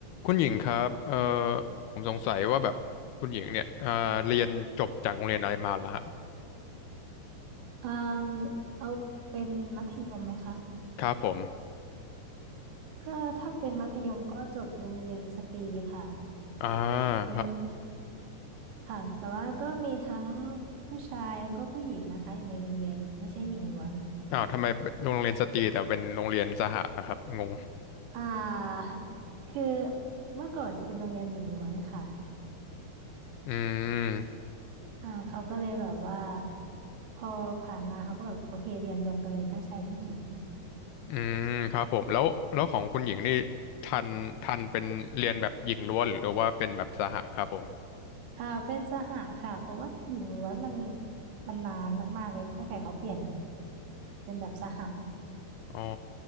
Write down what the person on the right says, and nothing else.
อืมเอาเป็นมัธยมไหมคะ
ก็ถ้าเป็นมัธยมก็จบโรงเรียนสตรีค่ะ
เป็น
ค่ะแต่ว่าก็มีทั้งผู้ชายแล้วก็ผู้หญิงนะคะอยู่ในโรงเรียนไม่ใช่หญิงล้วน
อ่าคือเมื่อก่อนจะเป็นโรงเรียนหญิงล้วนค่ะ
อ่าเขาก็เลยแบบว่าพอผ่านมาเขาก็แบบโอเคเรียนรวมกันเลยทั้งชายทั้งหญิง
อ่าเป็นสหค่ะเพราะว่าหญิงล้วนมันมันนานมากๆเลยตั้งแต่เขาเปลี่ยนเป็นแบบสห